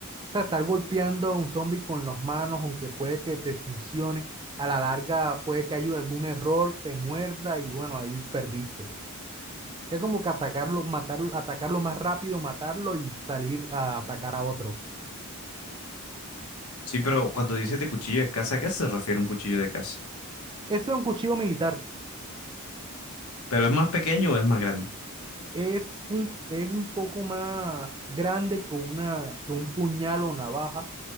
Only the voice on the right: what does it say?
sea, estar golpeando a un zombie con las manos, aunque puede que te funcione, a la larga puede que haya algún error, te muerda y bueno, ahí perdiste. Es como que atacarlo, matarlo, atacarlo más rápido, matarlo y salir a atacar a otro.
Eso es un cuchillo militar.
es un, es un poco más grande que, una, que un puñal o navaja,